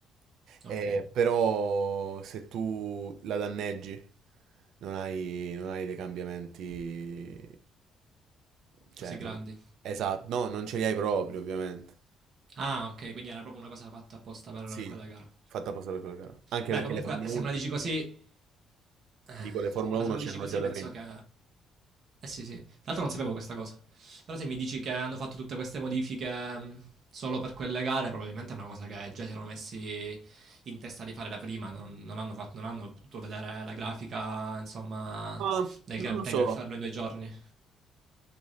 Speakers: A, on the right; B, on the right.
A: Ok.
B: eh, però se tu la danneggi non hai, non hai dei cambiamenti, cioè,
A: Così grandi.
B: non- esatto, no, non ce li hai proprio ovviamente.
A: Ah, ok, quindi era proprio una cosa fatta apposta per
B: Sì,
A: quella gara.
B: fatta apposta per quella gara. Anche
A: Beh,
B: perché
A: comunque,
B: le Formula
A: se
B: 1,
A: me la dici così, Eh,
B: dico le Formula
A: ma
B: 1
A: se me
B: c'erano
A: lo dici così,
B: già da
A: penso
B: prima.
A: che. Eh sì, sì. Tra l'altro non sapevo questa cosa. Però se mi dici che hanno fatto tutte queste modifiche mh, solo per quelle gare, probabilmente è una cosa che già si erano messi in testa di fare da prima. Non, non hanno fatto- non hanno potuto vedere la grafica, insomma,
B: Ma
A: del
B: non
A: Gran
B: lo
A: Premio
B: so,
A: e farlo in due giorni.